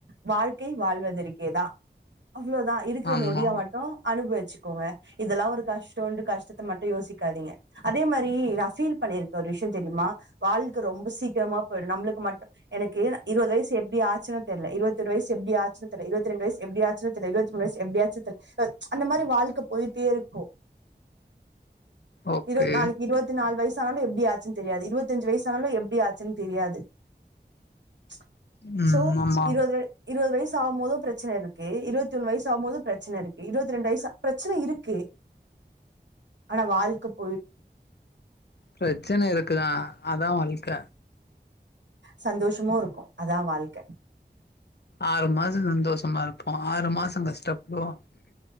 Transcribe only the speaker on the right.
வாழ். க்கை வாழ்வதருக்கேதா. அவ்வளோதா இருக்கிற
நொடிய மட்டு அனுபவிச்சு. கோங்க இதெல்லா ஒரு கஷ்டோன்ட்டு கஷ்டத்த மட்டு யோசிகாதிங்க. அது மாரி நா ஃபீல் பண்ணிருக்க ஒரு விஷயமோ தெரியுமா. வாழ்க்க ரொம்ப சீக்கிரமா போயுடு நம்மளுக்கு மட்டு. எனக்கு இருவது வயசு எப்படி ஆச்சுன்னே தெரியல இருவது. எப்படி ஆச்சுன்னு தெரியல இருபத்தி ரெண்டு வயசு. எப்டி ஆச்சுனே தெர்ல இருபத். வயசு எப்படியாச்சுனே தெர்ல. ம்ச் அந்த மாரி வாழ்க்க போயிட்டே இருக்கு.
இரு நாளைக்கு இருபத்தி நாலு வயசு ஆனாலு எப்படி ஆச்சுன்னு தெரியாது இருபத்தஞ்சு வயசு ஆனாலு எப்படி ஆச்சுன்னு தெரியாது ம்ச்
சோ
இருவது. இருவது வயசு ஆகும்போது பிரச்சனை இருக்கு இருத்வதி ஒன்னு வ. வயசு ஆகும்போது பிரச்சனை இருக்கு இருபத்தி ரெண்டு வயசு பிரச்சன இருக்கு. ஆனா வாழ்க்கப்.
சந்தோஷமு இருக்கு. அதா வாழ்க்க.